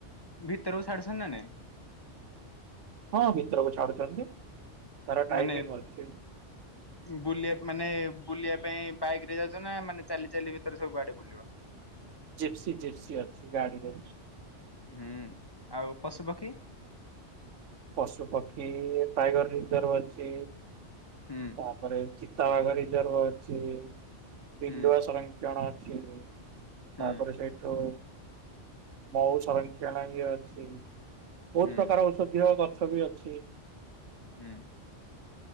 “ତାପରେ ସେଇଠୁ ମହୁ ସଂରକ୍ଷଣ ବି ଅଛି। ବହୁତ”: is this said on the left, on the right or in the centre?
Right